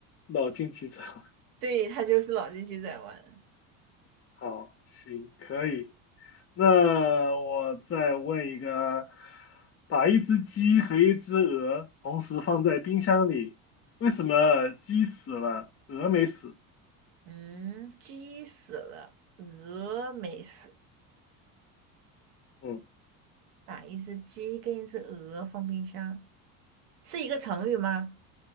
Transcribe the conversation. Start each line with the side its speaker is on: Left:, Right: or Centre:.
Left: 脑筋急转弯？
Right: 对，它就是脑筋急转弯。
Left: 好，行，可以。那我再问一个，把一只鸡和一只鹅同时放在冰箱里，为什么鸡死了，鹅没死？
Right: 嗯，鸡死了，鹅没死，
Left: 嗯。
Right: 把一只鸡跟一只鹅放冰箱，是一个成语吗？